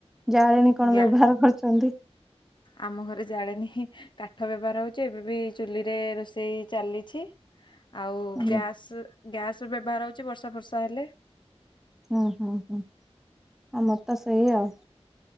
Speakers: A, in the centre; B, on the left (about 45°).
A: ଜାଳେଣୀ କଣ
B: ଗ୍ୟା
A: ବ୍ୟବହାର କରୁଛନ୍ତି?
B: ଆମ ଘରେ ଜାଳେନି ହିଁ କାଠ ବ୍ୟବହାର ହଉଛି ଏବେ ବି ଚୁଲିରେ ରୋଷେଇ ଚାଲିଛି। ଆଉ
A: ଆଜ୍ଞା
B: ଗ୍ୟାସ୍ ଗ୍ୟାସ୍ ବ୍ୟବହାର ହଉଛି ବର୍ଷା ଫର୍ଷା ହେଲେ।
A: ଉଁ ହୁଁ ହୁଁ ଆମର ତ ସେଇ ଆଉ।